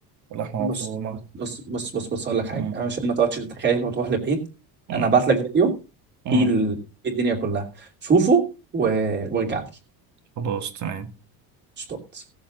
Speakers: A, on the right; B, on the right.
A: ولحمه
B: بص
A: مفرومه
B: بص بص بص بص أقول لك حاجة
A: مم.
B: أنا عشان ما تقعدش تتخيل وتروح لبعيد
A: مم.
B: أنا هبعت لك فيديو
A: مم.
B: فيه ال- فيه الدنيا كلها شوفه و... وارجع لي
A: خلاص تمام
B: اشتغل